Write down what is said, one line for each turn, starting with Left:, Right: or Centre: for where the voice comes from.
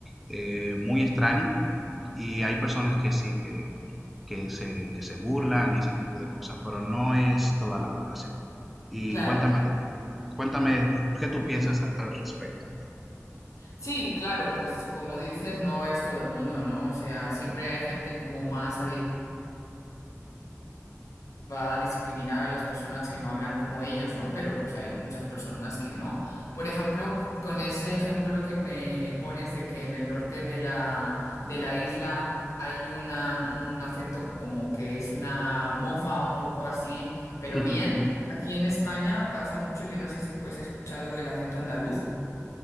Centre: eh, muy extraña y hay personas que sí, que que se, que se burlan y ese tipo de cosas, pero no es toda la población. Y
Left: Claro.
Centre: cuéntame de Exacto. ti. Cuéntame qué tú piensas a- al respecto.
Left: Sí, claro, pues como dices, no es todo el mundo, ¿no? O sea, siempre hay gente como más abierta va a discriminar a las personas que no hablan como ellos, ¿no? Pero pues hay muchas personas que no. Por ejemplo, con ese ejemplo que me pones de que en el norte de la, de la isla hay una, un acento como que es una mofa un poco así, pero
Centre: Ujú.
Left: bien, aquí en España pasa mucho, yo no sé si tú has escuchado el acento andaluz.